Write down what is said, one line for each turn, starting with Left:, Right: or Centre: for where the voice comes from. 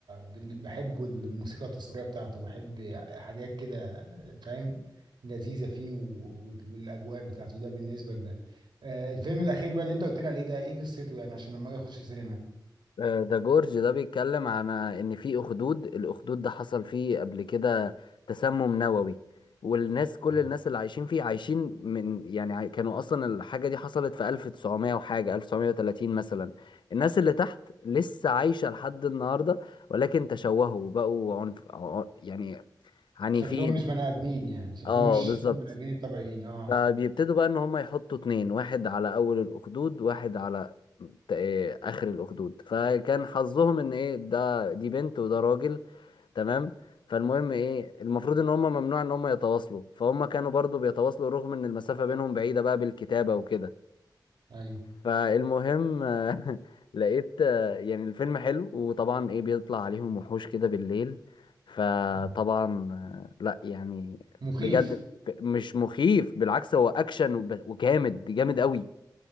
Right: بن- بحب الموسيقى التصويريه بتاعته بحب حاجات كده فاهم لذيذه فيه و... و- والاجواء بتاعته ده بالنسبه لده آه، الفيلم الاخير بقى اللي انت قلت لي عليه ده ايه قصته يعني عشان لما اجي اخش سينما
Left: آه، ذا جورج ده بيتكلم عن ان في اخدود الاخدود ده حصل فيه قبل كده تسمم نووي والناس كل
Right: آه.
Left: الناس اللي عايشين فيه عايشين من يعني عاي- كانوا اصلا الحاجه دي حصلت في 1900 وحاجه 1930 مثلا الناس اللي تحت لسه عايشه لحد النهارده ولكن تشوهوا بقوا عنف ع- يعني عنيفين
Right: شكلهم مش بني ادمين يعني شكلهم
Left: اه
Right: مش شكل
Left: بالظبط
Right: البني ادمين الطبيعيين اه
Left: فبيبتدوا بقى ان هم يحطوا اتنين واحد على اول الاخدود واحد على ت- إيه، اخر الاخدود فكان حظهم ان ايه ده دي بنت وده راجل تمام فالمهم ايه المفروض ان هم ممنوع ان هم يتواصلوا فهم كانوا برضو بيتواصلوا رغم ان المسافة بينهم بعيدة بقى بالكتابة وكده
Right: ايوه
Left: فالمهم آه، <laughs> لقيت آه، يعني الفيلم حلو وطبعا ايه بيطلع عليهم وحوش كده بالليل فطبعا
Right: مم.
Left: آه، لا يعني
Right: مخيف
Left: بجد ف- مش مخيف بالعكس هو اكشن وب- وجامد جامد قوي